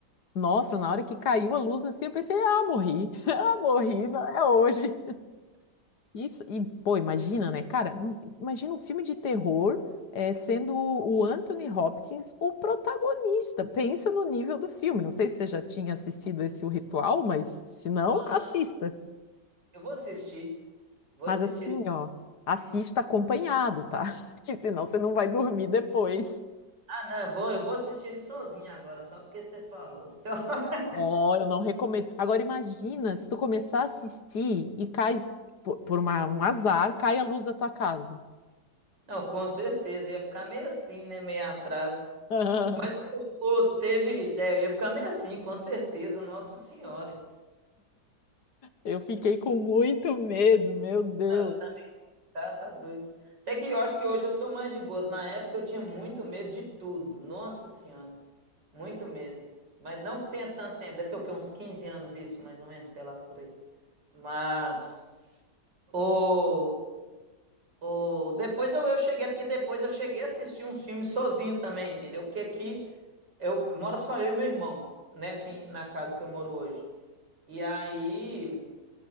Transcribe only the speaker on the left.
Nossa, na hora que caiu a luz assim, eu pensei, ah, morri, <laughs> ah, morri, não, é hoje. Isso, e, pô, imagina, né, cara, im- imagina um filme de terror eh, sendo o Anthony Hopkins o protagonista. Pensa no nível do filme. Não sei se você já tinha assistido esse O Ritual, mas se não,
assista.
Mas
assim,
ó, assista acompanhado, tá? <laughs> Que senão você não vai dormir depois.
Ó, eu não recomendo. Agora imagina se tu começar a assistir e cai po- por uma- um azar, cai a luz da tua casa.
<laughs>
Eu fiquei com muito medo, meu Deus.